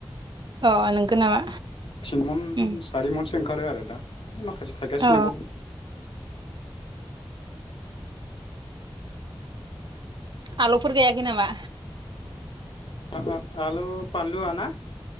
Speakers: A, on the right; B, on the left.
A: अ नंगौ नामा?
B: थिनमन
A: उम
B: मोनसे ओंखारो आरो दा। माखासे थागासिनोबाव।
A: अ
B: <inaudible>
A: आलौफोर गायाखै नामा।
B: आ आ आलु पान्लुआना?